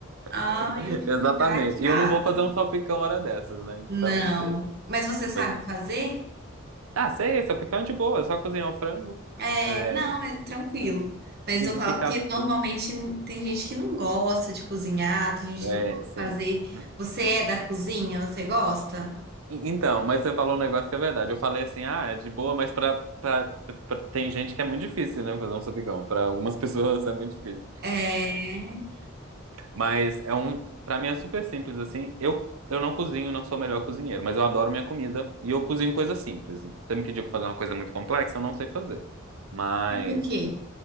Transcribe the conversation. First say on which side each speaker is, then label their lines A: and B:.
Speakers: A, on the right (about 50°); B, on the right (about 85°).
A: Ah,
B: <laughs>
A: eu fico
B: exatamente.
A: chateada.
B: E eu não vou fazer um salpicão hora dessas, né?
A: Não.
B: Então, assim.
A: Mas você sabe
B: vai-
A: fazer?
B: Ah, sei, salpicão é de boa, é só cozinhar o frango,
A: É,
B: é,
A: não, é tranquilo.
B: né?
A: Mas
B: E,
A: eu
B: e
A: falo
B: picar
A: que
B: as
A: normalmente
B: coisas.
A: tem gente que não gosta de cozinhar, tem gente
B: É,
A: que não gosta de
B: sim.
A: fazer.
B: Hum.
A: Você é da cozinha? Você gosta?
B: Então, mas você falou um negócio que é verdade. Eu falei assim, ah, é de boa, mas pra, pra, pra- tem gente que é muito difícil, né, fazer um sapicão. Pra algumas <laughs> pessoas é muito difícil.
A: É.
B: Mas é um, pra mim é super simples assim. Eu, eu não cozinho, não sou o melhor cozinheiro, mas eu adoro minha comida e eu cozinho coisas simples. Você me pediu pra fazer uma coisa muito complexa, eu não sei fazer. Mas
A: Tipo o quê?